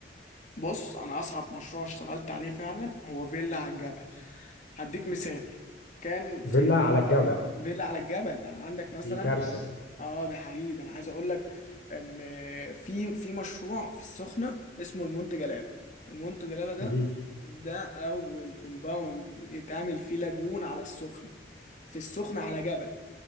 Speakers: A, on the left; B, on the left.
A: بص أنا أصعب مشروع اشتغلت عليه فعلا هو فيلا على الجبل هديك مثال كان في
B: فيلا على الجبل
A: فيلا على الجبل يعني عندك مثلا
B: دي كارثة
A: اه ده حقيقي ده انا عايز اقول لك ان في في مشروع في السخنه اسمه المنتج جلاله المنتج جلاله ده
B: مهم.
A: ده اول كومباوند اتعمل فيه لاجون على السخنه في السخنه على جبل